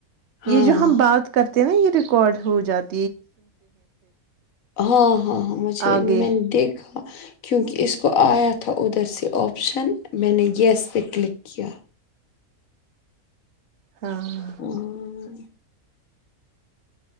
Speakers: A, on the left; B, on the right.
A: ہاں
B: یہ جو ہم بات کرتے ہیں نا یہ ریکارڈ ہو جاتا
A: ہاں ہاں ہاں مجھے
B: آگے
A: میں نے دیکھا کیونکہ اس کو آیا تھا ادھر سے آپشن میں نے یس پہ کلک کیا
B: ہاں
A: ہمم